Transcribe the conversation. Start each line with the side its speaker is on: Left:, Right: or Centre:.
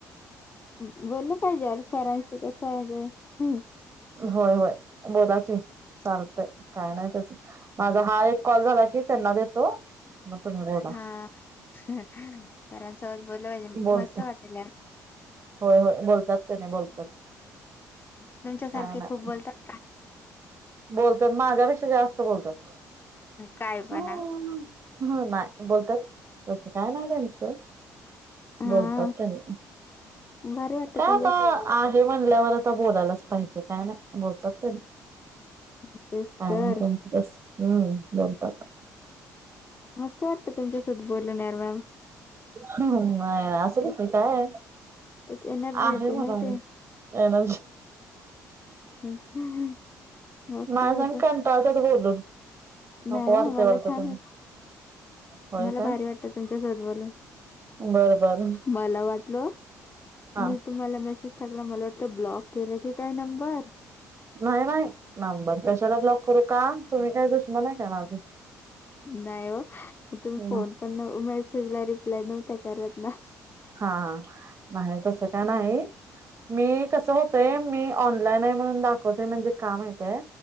Left: बोललं पाहिजे अर सरांशी कस आहे ते हम्म
Right: होय होय बोलाकी चालतय काय नाही तसं हा एक कॉल झाला की त्यांना देतो मग तुम्ही बोला.
Left: हा <unintelligible>
Right: बोलता होय होय बोलतात त्यांनी बोलतात.
Left: तुमच्यासारखे
Right: काय नाही
Left: खूप बोलतात.
Right: बोलतात माझ्यापेक्षा जा बोलतात
Left: काय पणा.
Right: हम्म बोलतात तसं - काय नाही त्याचं
Left: हा
Right: बोलतात त्यांनी.
Left: भारी वाटतं
Right: काय
Left: तुमच्यासोबत
Right: आता आहे म्हणल्यावर आता बोलायलाच पाहिजे काय नाही बोलतात त्यांनी.
Left: बोलतेस
Right: हा
Left: तर
Right: हम्म बोलतात <inaudible>
Left: मस्त वाटतं त्यांच्या सोबत बोलल्यावर मॅम
Right: असंस
Left: एक
Right: नाही काय
Left: एक एनर्जी
Right: आहे
Left: येते माहितीये
Right: म्हणून. एनजी
Left: हम्म. मस्त
Right: माझं
Left: बोलतात.
Right: का <unintelligible> बोलून. नको
Left: नाही
Right: वाटतय
Left: हो मला
Right: वाटत
Left: छान
Right: त्यांना
Left: वाटत
Right: होय
Left: मला
Right: काय
Left: भारी वाटत तुमच्या सोबत बोलुन.
Right: बरं बरं
Left: मला वाटलं
Right: हा
Left: मी तुम्हाला मेसेज टाकला मला वाटल ब्लॉक केलं की काय नंबर.
Right: नाही नाही नंबर कशाला ब्लॉक करू का तुम्ही काय दुश्मन आहे काय माझी.
Left: नाहीव. तुम्ही
Right: मग
Left: फोन पण मेसेजला रिप्लाय नव्हता करत ना
Right: हा हा नाही तसं काय नाही मी कसं होतय मी ऑनलाईन आहे म्हणून दाखवतय म्हणजे का माहीत आहे